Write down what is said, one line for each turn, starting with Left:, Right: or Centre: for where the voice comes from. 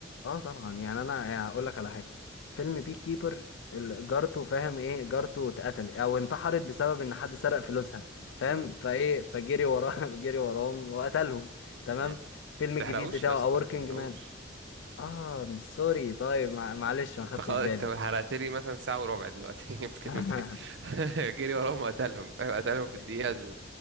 Left: اه طبعا يعني انا يعني هقول لك على حاجه فيلم بي كيبر ال- جارته فاهم ايه جارته اتقتل او انتحرت بسبب ان حد سرق فلوسها فاهم
Right: مم.
Left: فايه فجري وراه <laughs> جري وراهم وقتلهم تمام
Right: مم.
Left: الفيلم الجديد
Right: تحرقوش
Left: بتاعه
Right: يا اسطى
Left: A
Right: ما
Left: Working
Right: تحرقوش
Left: Man اه سوري طيب مع- معلش ما
Right: انت
Left: خدتش
Right: خلاص
Left: بالي
Right: انت حرقت لي مثلا ساعة وربع دلوقتي <laughs> في كلمتين
Left: <laughs>
Right: <laughs> جري وراهم وقتلهم فاهم قتلهم في
Left: يعني
Right: الدقيقة ال